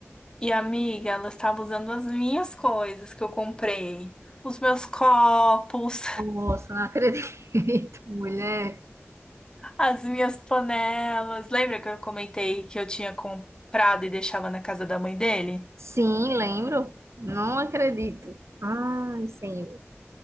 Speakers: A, on the left (about 20°); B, on the right (about 85°).
A: E, amiga, ela estava usando as minhas coisas que eu comprei. Os meus copos.
B: Nossa, não acredito, <laughs> mulher.
A: As minhas panelas. Lembra que eu comentei que eu tinha comprado e deixava na casa da mãe dele?
B: Sim, lembro. Não acredito. Ai, senhor.